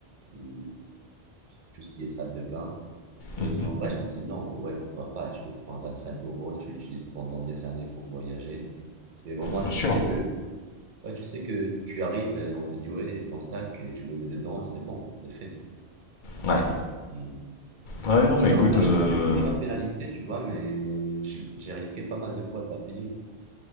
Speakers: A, on the right (about 50°); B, on the left (about 60°).
A: et tout ce qui est salle de bain. Et
B: mhm,
A: en vrai, je me dis non, ouais, pourquoi pas, tu le prends à 25 euros, tu l'utilises pendant des années pour voyager. Et au moins,
B: bien
A: tu
B: sûr.
A: sais que Ouais, tu sais que tu arrives, et on te dit, ouais, et ton sac, et tu le mets dedans, et c'est bon, c'est fait.
B: Ouais.
A: Hmm.
B: Ouais,
A: Mais
B: non
A: Je
B: mais
A: t'avoue,
B: écoute...
A: moi,
B: euh,
A: j'ai jamais payé la pénalité, tu vois, mais je- j'ai risqué pas mal de fois de la payer.